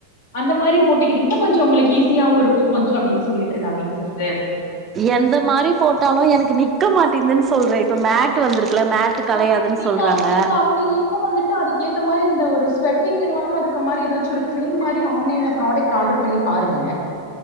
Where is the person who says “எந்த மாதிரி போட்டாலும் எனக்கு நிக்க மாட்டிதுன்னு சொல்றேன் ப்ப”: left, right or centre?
Right